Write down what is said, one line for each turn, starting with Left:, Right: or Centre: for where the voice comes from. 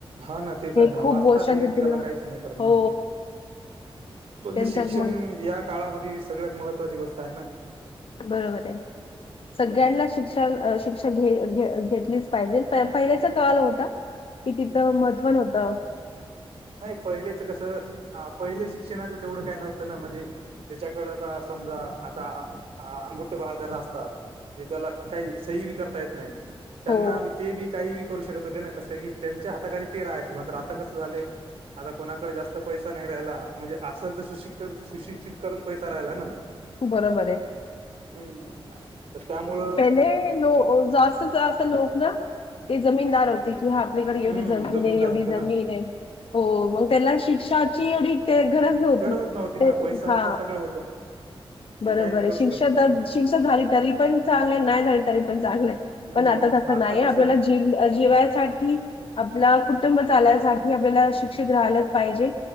Right: हा ना, तेच
Left: हे
Right: आहे ना,
Left: खूप
Right: वाचता
Left: गोष्टांचे
Right: नाही
Left: तिला
Right: त्याला काहीच नाही करत ना.
Left: हो
Right: म्हणजे,
Left: त्यांच्या
Right: शिक्षण
Left: मग
Right: या काळामध्ये सगळ्यात महत्त्वाची गोष्ट आहे ना.
Left: बरोबर आहे. सगळ्यांना
Right: हम्म
Left: शिक्षण, शिक्षा घ घेतलीच पाहिजे, पहिल्याचा कल होता, की तिथ <unintelligible> होत.
Right: नाही पहिलेच कस, आ पहिले शिक्षणाचं तेवढं काय नव्हतं ना, म्हणजे त्याच्याकडे आता समजा, आता अंगुठे बहादर असतात. म्हणजे त्याला काही सही बी करता येत नाही. त्यांना
Left: हो
Right: ते बी काही बी करू शकत होते ना, कस का की, त्यांच्या हाताखाली ते राहायचे, मात्र आता कसं झालं आता कोणाकडे जास्त पैसा नाही राहिला, म्हणजे असेल तर सुशिक् सुशिक्षित करत पैसा राहिला ना.
Left: बरोबर आहे.
Right: हम्म! तर त्यामुळ
Left: पहिले लोक, जास्तीत जास्त लोक ना ते जमीनदार होते, की हा आपल्याकडे एवढी
Right: हम्म
Left: जमीन
Right: जमीनदार
Left: आहे, एवढी
Right: होते ना
Left: जमीन आहे. हो, मग त्याला शिक्षाची एवढी ते गरज नव्हती
Right: गरजच ना
Left: ते
Right: पैसा
Left: हा
Right: होता सगळं होतं ते
Left: बरोबर
Right: काही बी करू
Left: आहे शिक्षा
Right: शकत होते
Left: तर
Right: ना
Left: शिक्षा झाली तरी पण चांगले नाही झाली तरी पण चांगलं हाय
Right: हम्म
Left: पण आता तसं नाहीय
Right: कसं
Left: आपल्याला जी जिवायसाठी आपला कुटुंब चालायसाठी आपल्याला शिक्षित राहायलाच पाहिजे